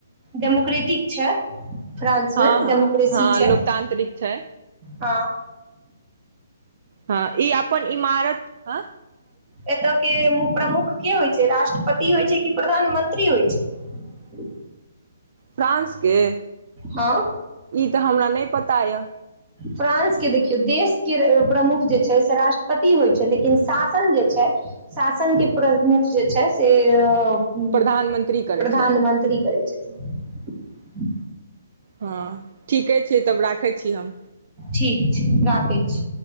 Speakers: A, on the right; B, on the right.
A: डेमोक्रेटिक छै फ्रांसमे
B: हँ हँ
A: डेमोक्रेसी
B: हँ
A: छै
B: लोकतांत्रिक छै
A: ह
B: हँ ई अपन इमारत ह
A: एतऽ के मु प्रमुख की होइ जे राष्ट्रपति होइ छै कि प्रधानमंत्री होइ छै
B: फ्रांसके
A: हँ
B: ई तऽ हमरा नहि पता यए
A: फ्रांस के देखियौ देश के प्रमुख जे छै से राष्ट्रपति होइ छै लेकिन शासन जे छै शासन के प्रमुख जे छै से ह
B: प्रधानमंत्री करै
A: प्रधानमंत्री
B: छै
A: करै छथिन
B: हँ ठीके छै तब राखै छी हम
A: ठीक छै राखै छी